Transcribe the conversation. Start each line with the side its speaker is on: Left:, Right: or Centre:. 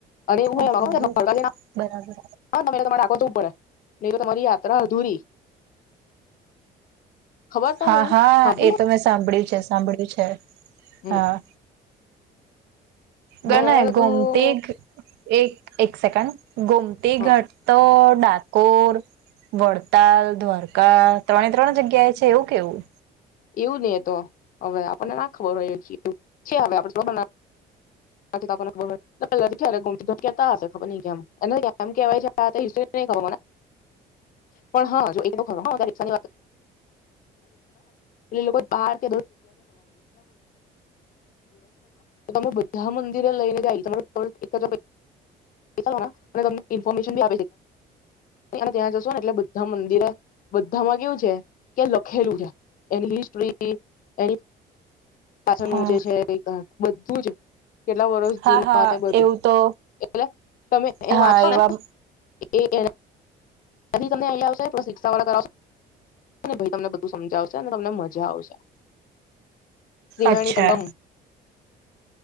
Left: અનેરે <unintelligible>
Right: ઓહો બરાબર
Left: પડે <unintelligible> અરા અધૂરી. ખબર તને
Right: હા
Left: એવું
Right: હા
Left: સાંભળેલું
Right: એ તો મેં સાંભળ્યું છે, સાંભળ્યું છે.
Left: હમ
Right: હા. બને
Left: મારે બધું
Right: ગોમતી એક એક સેકન્ડ ગોમતી
Left: હા
Right: ઘાટ તો ડાકોર વડતાલ દ્વારકા ત્રણે ત્રણ જગ્યાએ છે, એવું કેવું.
Left: એવું નહી એ તો હવે આપણને ના ખબર હોય એ છેયુ, છે હવે આપન <inaudible> આતી તો આપન ને ખબર હોય <inaudible> કહેતા હશે ખબર નહીં કેમ એને આમ કેવાય છે આ ઇસ્યૂ નહીં ખબર મને પણ જો હા <inaudible> રિક્ષા ની વાત કરતું <inaudible> બધા મંદિરે લઈને જાય ત એક જ તમને <inaudible> ઇન્ફોર્મેશની ત્યાં જશો ને એટલે બધા મંદિરે બધામાં કેવું છે કે લખેલું છે એની હિસ્ટ્રી એની પાછળ નું
Right: હા
Left: જે છે કઈક બધુંજ. કેટલા વર્ષ
Right: હા
Left: જૂનું
Right: હા
Left: બાતે એ બધું
Right: એવું તો
Left: એટલે તમે
Right: હા
Left: એ વાંચોને
Right: એવા
Left: એ એણે કહી તમને <inaudible> આવશો એ શિક્ષા વાળા કરાવશો. અને ભાઈ તમને બધું સમજાવશે અને તમને મજા આવશે. તિવેણી
Right: અચ્છા.
Left: સંગમ.